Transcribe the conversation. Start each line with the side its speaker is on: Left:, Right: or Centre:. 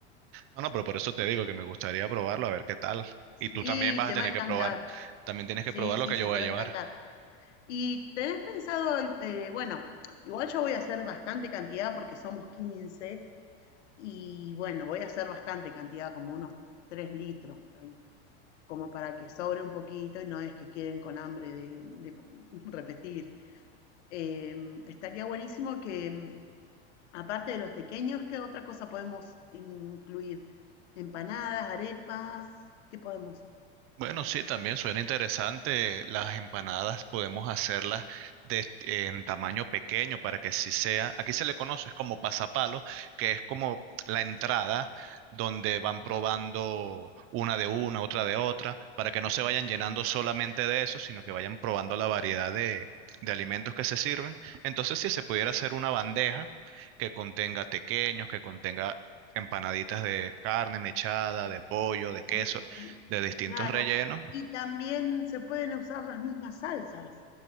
Right: No, no, pero por eso te digo que me gustaría probarlo, a ver qué tal.
Left: Sí,
Right: Y tú también vas
Left: te
Right: a tener
Left: va a encantar.
Right: que probar. También tienes que
Left: Sí,
Right: probar
Left: sí,
Right: lo que
Left: sí,
Right: yo voy
Left: te
Right: a
Left: va
Right: llevar.
Left: a encantar. ¿Y tenés pensado, el- eh, bueno, igual yo voy a hacer bastante cantidad porque somos 15 y bueno, voy a hacer bastante cantidad, como unos 3 litros por ahí. como para que sobre un poquito y no es que queden con hambre de, de <laughs> repetir. Eh, estaría buenísimo que, mm, aparte de los tequeños ¿qué otra cosa podemos incluir? Empanadas, arepas, ¿qué podemos?
Right: Bueno, sí, también suena interesante. Las empanadas podemos hacerlas de, en tamaño pequeño para que sí sea. Aquí se le conoce es como pasapalo, que es como la entrada donde van probando una de una, otra de otra, para que no se vayan llenando solamente de eso, sino que vayan probando la variedad de, de alimentos que se sirven. Entonces, si se pudiera hacer una bandeja que contenga tequeños, que contenga empanaditas de carne mechada, de pollo, de
Left: Sí,
Right: queso de distintos
Left: claro.
Right: rellenos.
Left: Y también se pueden usar las mismas salsas.